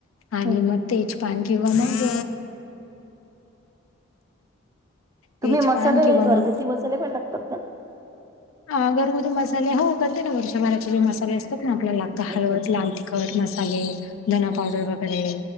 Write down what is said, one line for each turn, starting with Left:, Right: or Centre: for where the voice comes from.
Left: आणि
Right: हं,
Left: मग
Right: हं.
Left: तेजपान किंवा मग तेजपान
Right: तुम्ही मसाले
Left: किंवा
Right: घरगुती
Left: मग
Right: मसाले पण टाकतात का?
Left: अ घरगुती मसाले हो करते ना. वर्षभराचे जे मसाले असतात ना आपल्याला. हळद,
Right: अच्छा, अच्छा.
Left: लाल तिखट, मसाले, धना
Right: अच्छा,
Left: पावडर
Right: अच्छा.
Left: वगैरे.